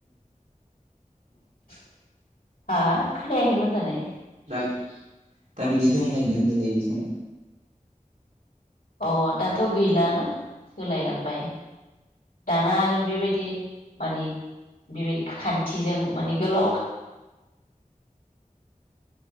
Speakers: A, on the left; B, on the right.
A: <inaudible> हा खोनायाखै मोजांङै
B: दा दा बिदि दङ ना गैला होनदो नैबे समाव?
A: अ दाथ गैलाना सोलायलांबाय दाना आरो बेबायदि मानि बेबायदि खान्थिजों मानि गोलाव